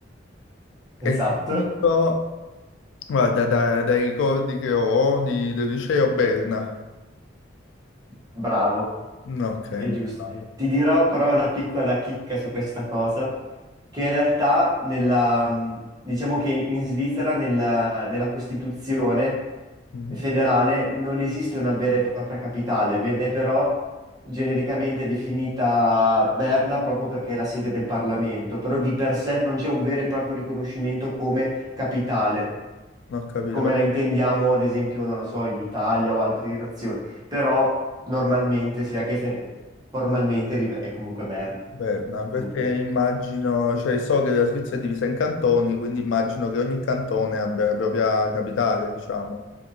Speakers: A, on the left (about 85°); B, on the right (about 20°).
A: E
B: Esatto,
A: ti dico... Guarda, da- dai ricordi che ho di, del liceo Berna.
B: bravo.
A: No, ok,
B: È giusto.
A: ma sbaglio.
B: Ti dirò però una piccola chicca su questa cosa, che in realtà nella, mh, diciamo che in Svizzera nella, nella Costituzione
A: Mm,
B: federale non esiste una vera e propria capitale, viene però genericamente definita Berna proprio perché è la sede del Parlamento, però di per sé non c'è un vero e proprio riconoscimento come capitale
A: Non ho capito
B: come
A: perché
B: la intendiamo, ad esempio, non lo so, in Italia o altre nazioni, però normalmente sì, anche se formalmente rim- è comunque Berna.
A: Berna, perché
B: Quindi,
A: immagino, cioè so che la Svizzera è divisa in cantoni, quindi immagino che ogni cantone abbia la propria capitale, diciamo.